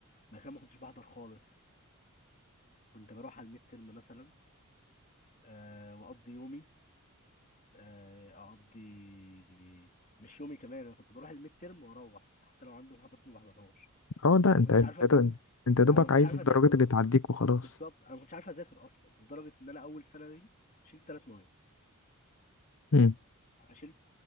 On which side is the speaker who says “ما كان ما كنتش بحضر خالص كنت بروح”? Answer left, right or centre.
Left